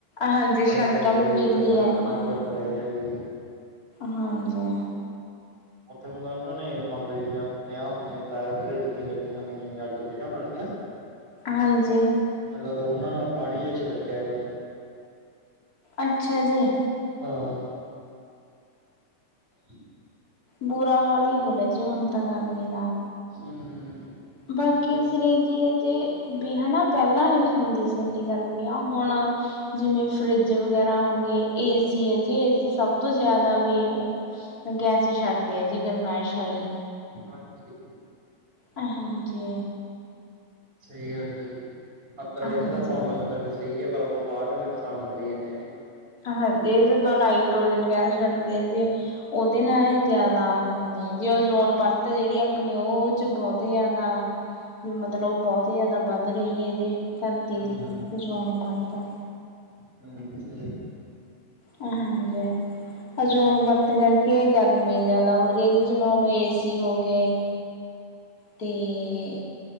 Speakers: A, on the left; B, on the right.
A: ਹਾਂਜੀ ਸੜਕਾਂ
B: ਬੰਦਿਆਂ ਨੇ
A: ਵੀ
B: ਬੂਟ
A: ਪਿਘਲੀ
B: ਸੜਕਾਂ
A: ਆ ਰਹੀਆਂ
B: ਨਾਲ
A: ਨੇ
B: ਚ। ਨਹੀਂ ਆਈ ਹੈ।
A: ਹਾਂਜੀ।
B: ਉੱਥੇ ਮਤਲਬ ਉਹਨਾਂ ਨੇ ਮੰਨਦਾ ਜਿਵੇ ਆਪਣੇ ਆਹ ਹੁੰਦੀਆਂ ਫਾਈਰ ਫੇਟ <unintelligible>
A: ਹਾਂਜੀ।
B: ਮੈਨੂੰ ਲੱਗਦਾ ਉਹਨਾਂ ਨਾਲ ਪਾਣੀ ਜ ਛੜਕਿਆ ਹੈਗਾ।
A: ਅੱਛਾ ਜੀ।
B: ਹਾਂ। <inaudible>
A: ਬੁਰਾ ਹਾਲ ਹੀ ਹੋਦਾਹਾ ਜੇ ਹੁਣ ਤਾਂ ਗਰਮੀ ਦਾ।
B: ਹਮ ਹਮ
A: ਬਾਕੀ ਸਰੇ ਕੀ ਹੈ ਜੇ ਵੀ ਹਨਾ ਪਹਿਲਾਂ ਨੀ ਹੂਣਦੀ ਸੀ ਇੰਨੀ ਗਰਮੀ ਆ ਹੁਣ ਜਿਵੇਂ ਫਰਿੱਜ ਵਗੈਰਾ ਹੋ ਗਏ ਏਸੀ ਹੈ ਜੀ ਏਸੀ ਸਭ ਤੋਂ ਜ਼ਿਆਦਾ ਵੀ ਗੈਸ ਛੱਡਦੇ ਆ ਜੀ ਗਰਮਾਇਸ਼ ਵਾਲੀ।
B: ਹਾਂਜੀ।
A: ਹਾਂਜੀ।
B: ਸਹੀ ਗੱਲ ਦਾ ਜੀ ਅੰਦਰ ਬੈਠੇ
A: ਹਾਂਜੀ।
B: ਦਾ ਕੌਣ ਲੱਗਦਾ ਵੀ ਸਹੀ ਹੈ ਪਰ ਆਪਾਂ ਬਾਹਰ ਨੁਕਸਾਨ ਕਰੀ ਜਾਣੇ ਹਨਾ।
A: ਹਾਂਜੀ। ਜਦੋਂ ਨਾਈਟ੍ਰੋਜਨ ਗੈਸ ਛੱਡਦੇ ਆ ਜੇ। ਉਹਦੇ ਨਾਲ ਹੀ ਜਿਆਦਾ ਆ ਹੁੰਦੀਆਂ ਜੇ ਓਜ਼ੋਨ ਪਰਤ ਜਿਹੜੀ ਆਪਣੀ ਉਹ। ਬਹੁਤ ਜ਼ਿਆਦਾ ਵੀ ਮਤਲਬ ਉਹ ਬਹੁਤ ਜ਼ਿਆਦਾ ਵੱਧ ਰਹੀ ਹੈ ਜੇ ਧਰਤੀ
B: ਹੂੰ-ਹੂੰ-ਹੂੰ
A: ਦੀ। ਜ਼ੋਨ ਪਾਰਤਾ।
B: ਹਮ।
A: ਹਾਂਜੀ। ਓਜ਼ੋਨ ਪਰਤ ਤ ਕਰਕੇ ਗਰਮੀ ਜਿਆਦਾ ਹੋ ਰਹੀ ਹੈਗੀ ਜਨਾ ਏਸੀ ਹੋ ਗਏ। ਤੇ